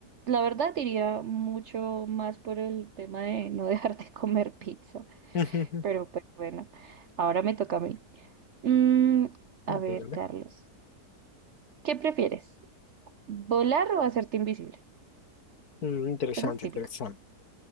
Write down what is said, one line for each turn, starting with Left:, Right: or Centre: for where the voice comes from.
Right: la verdad diría mucho más por el tema de no <laughs> dejar de comer pizza,
Left: Ujú.
Right: pero pues bueno, ahora me toca a mí. Mm,
Left: Dígame.
Right: a ver, Carlos, ¿qué prefieres? ¿Volar o hacerte invisible?
Left: Mm, interesante,
Right: Esa es típica.
Left: interesante.